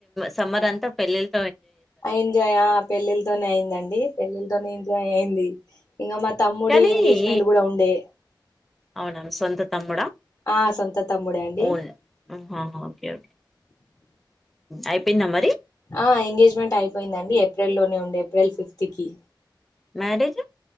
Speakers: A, in the centre; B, on the left.
A: సమ్మర్ అంత పెళ్ళిళ్ళ
B: ఎంజాయ్ ఆ పెళ్ళిళ్లతోనే అయిందండి పెళ్ళిళ్లతోనే ఎంజాయ్ అయింది ఇంకా మా తమ్ముడు
A: కానీ
B: ఎంగేజ్మెంట్
A: ఈ
B: కూడా ఉండే
A: అవునా మీ సొంత తమ్ముడా
B: ఆ సొంత తమ్ముడే అండి
A: ఓన్ ఆహా ఓకే ఓకే అయిపోయిందా మరి
B: ఆ ఎంగేజ్మెంట్ అయిపోయిందండి ఏప్రిల్ లోనే ఉండే ఏప్రిల్ ఫిఫ్త్ కి
A: marriage